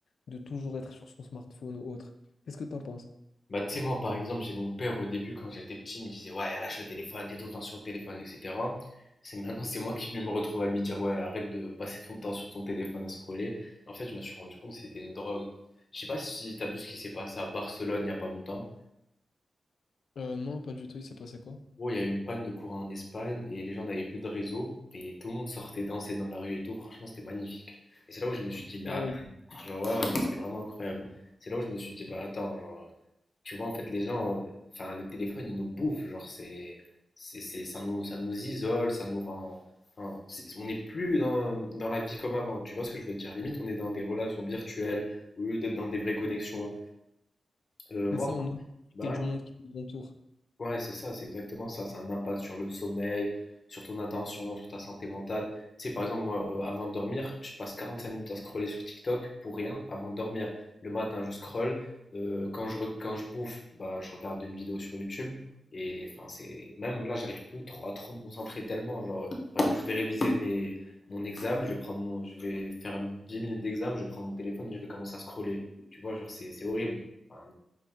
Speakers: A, on the left (about 80°); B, on the left (about 45°).
A: de toujours être sur son smartphone ou autre. Qu'est-ce que t'en penses?
B: Bah, tu sais, moi, par exemple, j'ai mon père au début, quand j'étais petit, il me disait, ouais, lâche le téléphone, t'es tout le temps sur le téléphone, etc. C'est maintenant, c'est moi qui lui me retrouve à lui dire, ouais, arrête de passer ton temps sur ton téléphone à scroller. En fait, je me suis rendu compte que c'était une drogue. Je sais pas si t'as vu ce qui s'est passé à Barcelone il y a pas longtemps.
A: Euh, non, pas du tout, il s'est passé quoi?
B: Oh, il y a eu une panne de courant en Espagne et les gens n'avaient plus de réseau et tout le monde sortait danser dans la rue et tout. Franchement, c'était magnifique. Et c'est là où je me suis dit, bah,
A: Ah ouais.
B: Genre, ouais, ouais, non, c'était vraiment incroyable. C'est là où je me suis dit, bah attends, genre, tu vois, en fait, les gens, enfin, le téléphone, il nous bouffe, genre, c'est, c'est, c'est- ça nous, ça nous isole, ça nous rend, enfin, c'est- on n'est plus dans, dans la vie comme avant, tu vois ce que je veux te dire? Limite, on est dans des relations virtuelles, au lieu d'être dans des vraies connexions. Euh,
A: C'est
B: moi,
A: ça, on a profité
B: bah,
A: du monde qui nous entoure.
B: Ouais, c'est ça, c'est exactement ça. Ça a un impact sur le sommeil, sur ton attention, sur ta santé mentale. Tu sais, par exemple, moi, euh, avant de dormir, je passe 45 minutes à scroller sur TikTok pour rien avant de dormir. Le matin, je scrolle. Euh, quand je, re- quand je bouffe, bah, je regarde une vidéo sur YouTube. Et enfin, c'est même là, j'arrive plus trop, à trop me concentrer tellement. Genre, euh, par exemple, je vais réviser mes, mon examen, je vais prendre mon, je vais faire 10 minutes d'examen, je vais prendre mon téléphone et je vais commencer à scroller. Tu vois, genre, c'est c'est horrible. Enfin,